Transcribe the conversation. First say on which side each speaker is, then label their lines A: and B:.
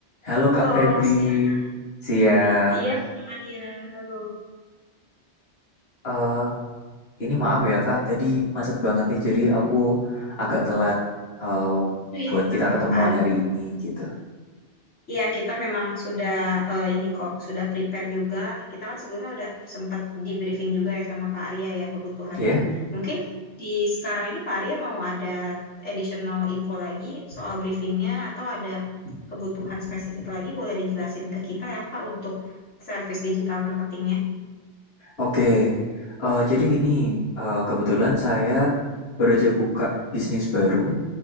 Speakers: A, on the left; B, on the left.
A: Halo
B: Halo,
A: Kak Febri,
B: Siana.
A: siang.
B: Hmm, iya, Kak Arya. Halo.
A: Eh, ini maaf ya Kak, tadi macet banget nih, jadi aku agak telat eh,
B: Oh Iya,
A: buat
B: nggak
A: kita
B: apa-apa,
A: ketemuan
B: Pak Ari.
A: hari ini gitu.
B: Iya, kita memang sudah eh, ini kok, sudah prepare juga. Kita kan sebelumnya udah sempat di briefing juga ya sama Pak Arya ya kebutuhannya.
A: Ya,
B: Mungkin di sekarang ini Pak Arya mau ada additional info lagi soal briefingnya atau ada kebutuhan spesifik lagi boleh dijelasin ke kita ya Pak untuk service digital marketingnya.
A: Oke. Eh, jadi gini, eh, kebetulan saya baru aja buka bisnis baru.